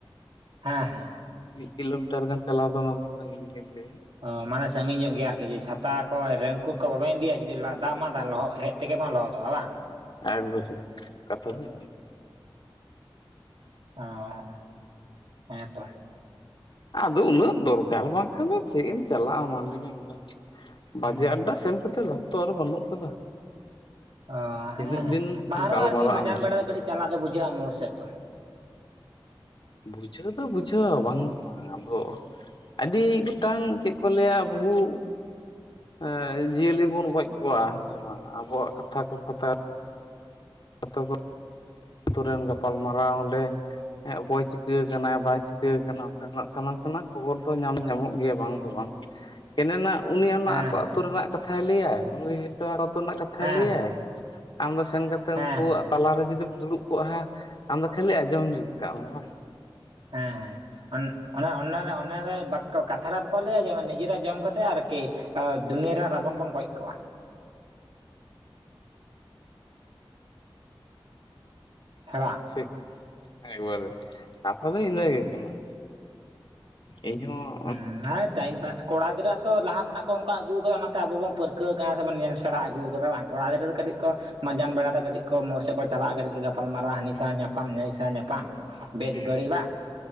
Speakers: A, on the right; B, on the left.
A: ᱦᱮᱸ ᱦᱮᱸ
B: ᱠᱤᱞᱳᱢᱤᱴᱟᱨ ᱜᱟᱱ ᱪᱟᱞᱟᱣ ᱫᱚ ᱚᱱᱟ ᱫᱚ ᱥᱟᱺᱜᱤᱧ ᱜᱮᱢ ᱞᱟᱹᱭᱟ᱾
A: ᱚ ᱢᱟᱱᱮ ᱥᱟᱺᱜᱤᱧ ᱧᱚᱜ ᱜᱮᱭᱟ ᱟᱨᱠᱤ, ᱡᱮ ᱪᱷᱟᱛᱟ ᱠᱚ ᱨᱮᱱᱝᱠᱚᱴ ᱠᱚ ᱵᱟᱵᱮ ᱤᱫᱤᱭᱟ ᱡᱩᱫᱤ ᱞᱟᱫ ᱫᱟᱜ ᱢᱟ ᱞᱚᱦᱚᱫ ᱦᱮᱡ ᱛᱮᱜᱮ ᱞᱚᱦᱚᱫᱚᱜᱼᱟ ᱵᱟᱝ
B: ᱮᱠ ᱵᱟ. ᱛᱮ ᱠᱟᱛᱷᱟ ᱫᱚ ᱤᱱᱟ.
A: ᱚᱸ ᱻ <inaudible> ᱦᱮᱸ ᱛᱚ
B: ᱟᱫᱚ ᱩᱱᱟᱹᱜ ᱫᱚᱨᱠᱟᱨ ᱵᱟᱝᱠᱷᱟᱱ ᱫᱚ ᱪᱮᱫ ᱮᱢ ᱪᱟᱞᱟᱜᱼᱟ ᱢᱟ ᱞᱟᱹᱭ ᱵᱤᱱ ᱾ ᱵᱟᱡᱮ
A: ᱦᱩᱸ
B: ᱟᱰᱟ ᱥᱮᱱ ᱠᱟᱛᱮᱫ ᱞᱟᱯ ᱛᱚ ᱟᱨᱚ ᱵᱟᱹᱱᱩᱜ ᱠᱟᱫᱟ
A: ᱚ
B: ᱛᱤᱱᱟᱹᱜ
A: ᱦᱮᱸ ᱦᱮᱸ
B: ᱫᱤᱱ
A: ᱵᱟᱝᱨᱮᱦᱚᱸ
B: ᱜᱟᱞᱢᱟᱨᱟᱜ
A: ᱟᱨᱠᱤ ᱢᱟᱡᱟᱱ
B: ᱟᱢ ᱟᱫᱚ
A: ᱵᱮᱲᱟ ᱫᱚ ᱠᱟᱹᱴᱤᱡ ᱪᱟᱞᱟᱜ ᱫᱚ ᱵᱩᱡᱷᱟᱹᱜᱼᱟ ᱢᱳᱲ ᱥᱮᱫ ᱫᱚ
B: ᱵᱩᱡᱷᱟᱹᱣ ᱫᱚ ᱵᱩᱡᱷᱟᱹᱣᱟ ᱵᱟᱝ ᱫᱚ ᱵᱟᱝ ᱟᱫᱚ ᱟᱹᱰᱤ ᱜᱚᱴᱟᱝ ᱪᱮᱫ ᱠᱚ ᱞᱟᱹᱭᱟ ᱵᱩᱦᱩ ᱦᱚᱭ ᱡᱤᱭᱟᱹᱞᱤ ᱵᱚᱱ ᱜᱚᱡ ᱠᱚᱣᱟ ᱦᱮᱸ ᱥᱮ ᱵᱟᱝ ᱟᱵᱚᱣᱟᱜ ᱠᱟᱛᱷᱟ ᱠᱟᱯᱷᱛᱟ <unintelligible> ᱟᱛᱩ ᱨᱮᱱ ᱜᱟᱯᱟᱞᱢᱟᱨᱟᱣᱟ ᱚᱸᱰᱮ ᱦᱮᱸ ᱚᱠᱚᱭ ᱪᱤᱠᱟᱹ ᱟᱠᱟᱱᱟ ᱵᱟᱭ ᱪᱤᱠᱟᱹ ᱟᱠᱟᱱᱟ ᱚᱱᱠᱟᱱᱟᱜ ᱥᱟᱱᱟᱢ ᱥᱮᱱᱟᱜ ᱠᱷᱚᱵᱚᱨ ᱫᱚ ᱧᱟᱢ ᱧᱟᱢᱚᱜ ᱜᱮᱭᱟ ᱵᱟᱝ ᱫᱚ ᱵᱟᱝ᱾ ᱠᱮᱱᱮ ᱱᱟᱜ ᱩᱱᱤ ᱚᱱᱟ
A: ᱦᱮᱸ
B: ᱟᱠᱚ
A: ᱦᱮᱸ
B: ᱟᱛᱳ ᱨᱮᱱᱟᱜ ᱠᱟᱛᱷᱟᱭ ᱞᱟᱹᱭᱭᱟ ᱱᱩᱭ ᱟᱛᱳ ᱱᱟ ᱠᱟᱛ ᱼᱼ ᱛᱷᱟᱭ
A: ᱦᱮᱸ
B: ᱞᱟᱹᱭᱟᱭ
A: ᱦᱮᱸ
B: ᱟᱢ ᱫᱚ ᱥᱮᱱ ᱠᱟᱛᱮ
A: ᱦᱮᱸ
B: ᱩᱱᱠᱩᱣᱟᱜ
A: ᱦᱮᱸ
B: ᱛᱟᱞᱟᱨᱮ ᱡᱩᱫᱤᱢ ᱫᱩᱲᱩᱵ ᱼᱼ ᱠᱚᱜ ᱦᱟᱸ ᱟᱢᱫᱚ ᱠᱷᱟᱹᱞᱤ ᱟᱸᱡᱚᱢ ᱡᱩᱛ ᱠᱟᱜ ᱢᱮ ᱵᱟᱝ
A: ᱦᱮᱸ ᱦᱮᱸ ᱚᱱ ᱚᱱᱟ ᱚᱱᱮᱨᱮ ᱚᱱᱮᱨᱮ ᱵᱟᱴ ᱼᱼ ᱛᱚ ᱠᱟᱛᱷᱟ ᱨᱮ ᱵᱟᱠᱚ ᱞᱟᱹᱭᱟ ᱡᱮ ᱱᱤᱡᱮᱨᱟᱜ ᱡᱚᱢ ᱠᱟᱛᱮ ᱟᱨᱠᱤ ᱫᱩᱱᱭᱟᱹᱨᱮ ᱨᱟᱵᱚᱱ ᱵᱚᱱ ᱜᱚᱡ ᱠᱚᱣᱟ ᱦᱮᱸ ᱵᱟᱝ?
B: ᱴᱷᱤᱠ ᱮᱠᱵᱟᱨᱮ ᱠᱟᱛᱷᱟ ᱫᱚ ᱤᱱᱟᱹᱜᱮ ᱠᱟᱱᱟ ᱤᱧ ᱦᱚᱸ
A: ᱦᱩᱸ ᱱᱟᱭ ᱴᱟᱭᱤᱢ ᱯᱟᱥ ᱠᱚᱲᱟ ᱜᱤᱫᱽᱨᱟᱹᱟᱜ ᱛᱚ ᱞᱟᱦᱟᱚ ᱠᱷᱚᱱᱟᱜ ᱠᱚ ᱚᱱᱠᱟ ᱟᱹᱜᱩ ᱠᱟᱫᱟ ᱚᱱᱟᱛᱮ ᱟᱵᱚ ᱵᱚᱱ ᱯᱟᱹᱨᱠᱟᱹ ᱼᱼ ᱠᱟᱹ ᱠᱟ ᱥᱮᱵᱚᱱ ᱧᱮᱞ ᱥᱮᱬᱟ ᱟᱹᱜᱩ ᱠᱟᱫᱟ ᱵᱟᱝ ᱠᱚᱲᱟ ᱜᱤᱫᱽᱨᱟᱹ ᱫᱚ ᱠᱟᱹᱴᱤᱡ ᱠᱚ ᱢᱟᱸᱡᱟᱱ ᱵᱮᱲᱟ ᱫᱚ ᱠᱟᱹᱴᱤᱡ ᱠᱚ ᱢᱳᱲ ᱥᱮᱫ ᱠᱚ ᱪᱟᱞᱟᱜᱼᱟ ᱠᱟᱹᱴᱤᱡ ᱠᱚ ᱜᱟᱯᱟᱞᱢᱟᱨᱟᱣ ᱦᱟᱹᱱᱤ ᱥᱟᱶ ᱧᱟᱯᱟᱢ ᱥᱟᱶ ᱧᱟᱯᱟᱢ ᱵᱟᱝ ᱵᱮᱥ
B: ᱦᱮᱸ
A: ᱵᱟᱹᱲᱤ ᱵᱟᱝ